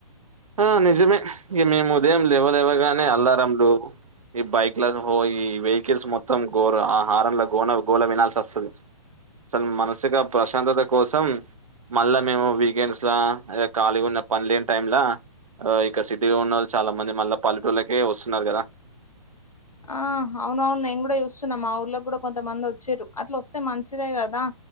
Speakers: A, on the right (about 70°); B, on the left (about 90°).
A: ఆ నిజమే ఇక మేము ఉదయం లేవ లేవగానే అల్లరంలు ఈ బైక్లద్ హో ఈ వెహికల్స్ మొత్తం గోర ఆ హారన్ ల గోనల్ గోల వినాల్సి వస్తది అసలు మనసికా ప్రశాంతత కోసం మళ్ళా మేము వీకెండ్స్ ల అదే ఖాళీ ఉన్న పని లేని టైమ్లా ఆ ఇక్కడ సిటీలో ఉన్నళ్ళు చాలా మంది మళ్ళా పల్లెటూళ్లకే వస్తున్నారు కదా
B: ఆ అవున అవును నేను కూడా చూస్ న్న మా ఊర్లో కూడా కొంతమంది వచ్చిరు అట్ల వస్తే మంచిదే కదా